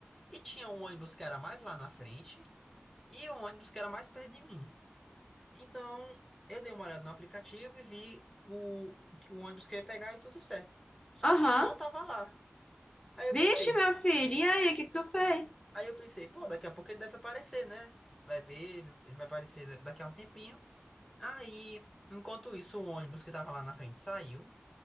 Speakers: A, in the centre; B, on the left (about 25°).
A: e tinha um ônibus que era mais lá na frente e um ônibus que era mais perto de mim. Então eu dei uma olhada no aplicativo e vi o, o ônibus que eu ia pegar e tudo certo. Só
B: Aham.
A: que ele não tava lá. Aí eu
B: Vixe,
A: pensei,
B: meu filho. E aí, o que que tu fez?
A: aí eu pensei, pô, daqui a pouco ele deve aparecer, né? Vai ver, ele ele vai aparecer da- daqui a um tempinho. Aí, enquanto isso, o ônibus que tava lá na frente saiu,